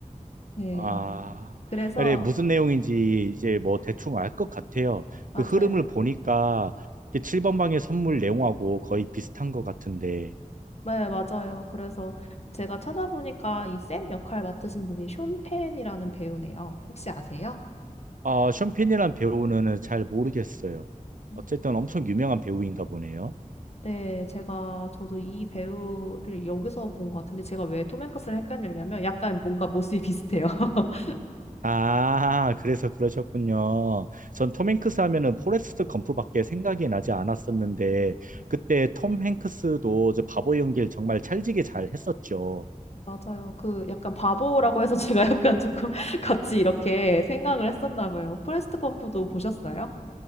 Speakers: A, on the left (about 50°); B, on the right (about 75°).
A: 네.
B: 아,
A: 그래서
B: 네, 무슨 내용인지 이제 뭐 대충 알 것 같아요.
A: 맞아요.
B: 그 흐름을 보니까 7번 방의 선물 내용하고 거의 비슷한 것 같은데.
A: 네, 맞아요. 그래서 제가 찾아보니까 이 샘 역할 맡으신 분이 숀 펜이라는 배우네요. 혹시 아세요?
B: 아, 션펜이란 배우는 잘 모르겠어요.
A: 음.
B: 어쨌든 엄청 유명한 배우인가 보네요.
A: 네, 제가 저도 이 배우를 여기서 본 것 같은데 제가 왜 톰 행크스를 헷갈리냐면 약간 뭔가 모습이 비슷해요. <laughs>
B: 아, 그래서 그러셨군요. 전 톰 행크스 하면은 포레스트 검프밖에 생각이 나지 않았었는데, 그때 톰 행크스도 저 바보 연기를 정말 찰지게 잘 했었죠.
A: 맞아요. 그 약간 바보라고 해서 제가 약간 조금 <laughs> 같이 이렇게 생각을 했었나 봐요. 프레스트 검프도 보셨어요?